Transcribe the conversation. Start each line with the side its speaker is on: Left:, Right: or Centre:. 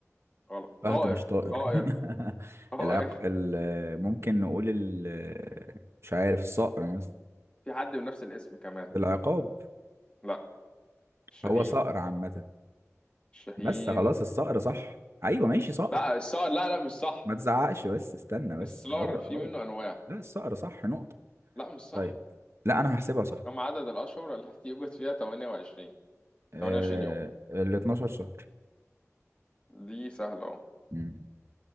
Left: غلط
Right: فهد
Left: طائر
Right: مش طائر
Left: طائر
Right: <laughs>
Left: طائر
Right: العق ال- ممكن نقول ال مش عارف الصقر مثلا
Left: في حد بنفس الاسم كمان
Right: العقاب
Left: لا الشاهين
Right: هو صقر عامة
Left: الشاهين
Right: بس خلاص الصقر صح ايوه ماشي صقر
Left: لا الصقر لا لا مش صح
Right: ما تزعقش بس استنى
Left: الصقر
Right: بس هو
Left: في
Right: هو
Left: منه أنواع
Right: لا الصقر صح نقطة
Left: لا مش صح
Right: طيب لا انا هحسبها صح
Left: كم عدد الأشهر التي يوجد فيها 28
Right: آه
Left: 28 يوم
Right: ال 12 شهر
Left: دي سهلة أهو
Right: مم.